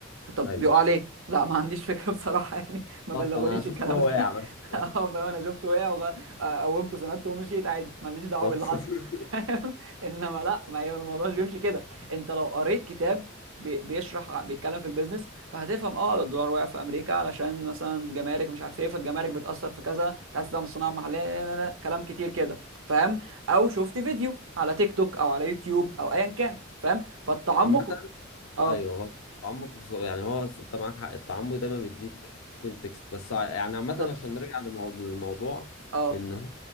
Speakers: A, on the right (about 75°); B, on the left (about 80°).
A: طب
B: ايوه
A: بيقع عليه لا ما عنديش فكره بصراحه <laughs> يعني ما بلغونيش
B: بالظبط انا شفت
A: الكلام
B: هو
A: ده
B: واقع
A: <laughs>
B: بس
A: اه فاهم انا شفته وقع وغ- آه، قومته سندته ومشيت عادي ماليش دعوه
B: <laughs>
A: باللي حصل <laughs> فاهم انما لا ما هي الموضوع مش بيمشي كده انت لو قريت كتاب بي- بيشرح بيتكلم في البيزنس فهتفهم اه ده الدولار وقع في امريكا علشان مثلا جمارك مش عارف ايه فالجمارك بتاثر في كذا تاسيس الصناعه المحليه لا لا لا كلام كتير كده فاهم او شفت فيديو على تيك توك او على يوتيوب او ايا كان فاهم فالتعمق
B: عامة
A: اه
B: ايوه هو التعمق بص- يعني هو أص- انت معاك حق التعمق دايما بيديك كونتكست بس ع- يعني عامة
A: بالظبط
B: عشان نرجع لموضوع للموضوع
A: اه
B: ان هو